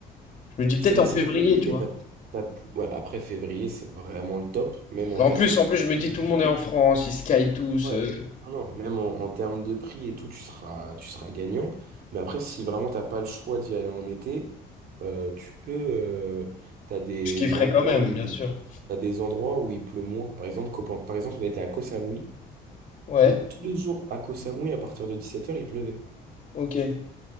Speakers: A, on the left; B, on the right.
A: je me dis peut-être
B: C'est la
A: en
B: saison
A: février,
B: des pluies,
A: tu
B: mais
A: vois.
B: t'as, t'as plus... ouais, après février, c'est vraiment le top, même en
A: Bah,
B: termes
A: En plus, en
B: de
A: plus, je me
B: prix
A: dis tout
B: et tout.
A: le monde est en France, ils skient tous.
B: Ouais,
A: euh,
B: non, non, même en, en termes de prix et tout, tu seras, tu seras gagnant. Mais après, si vraiment t'as pas le choix d'y aller en été, euh, tu peux. euh, t'as des
A: Je kifferais
B: endroits
A: quand même,
B: où
A: bien sûr.
B: t'as des endroits où il pleut moins. Par exemple, Copan- par exemple, on était à Koh Samui
A: Ouais,
B: et tous les jours à Koh Samui, à partir de 17h, il pleuvait.
A: ok,